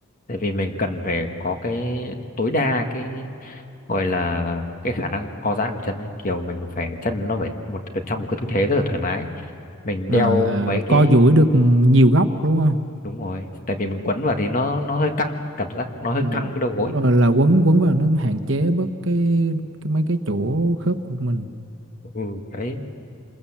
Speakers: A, on the left; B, on the right.
A: tại vì mình cần phải có cái tối đa cái gọi là cái khả năng co giãn của chân ấy. kiểu mình phải chân nó phải một trong một cái tư thế rất là thoải mái mình
B: À,
A: đeo
B: là
A: mấy cái
B: co duỗi được nhiều góc đúng không?
A: đúng rồi tại vì mình quấn vào thì nó nó hơi căng cảm giác nó hơi
B: Ừ.
A: căng cái đầu gối
B: Đúng rồi là quấn quấn vào nó hạn chế bớt cái cái mấy cái chỗ khớp của mình.
A: ừ đấy